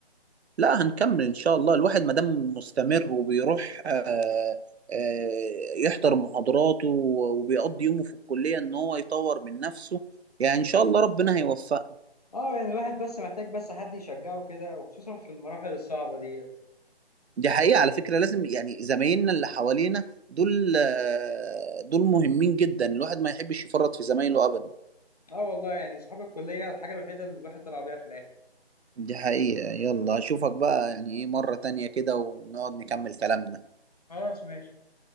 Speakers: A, on the right; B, on the left.
A: لا هنكمل ان شاء الله الواحد ما دام مستمر وبيروح آه، آه، يحضر محاضراته وبيقضي يومه في الكلية ان هو يطور من نفسه يعني ان شاء الله ربنا هيوفقه
B: اه يعني الواحد بس محتاج بس حد يشجعه كده وخصوصا في المراحل الصعبة ديت
A: دي حقيقة على فكرة لازم يعني زمايلنا اللي حوالينا دول آه، دول مهمين جدا الواحد ما يحبش يفرط في زمايله أبدا
B: اه والله يعني صحاب الكلية الحاجة الوحيدة اللي الواحد طلع بيها في الآخر
A: دي حقيقة يلا أشوفك بقى يعني إيه مرة تانية كده ونقعد نكمل كلامنا
B: خلاص ماشي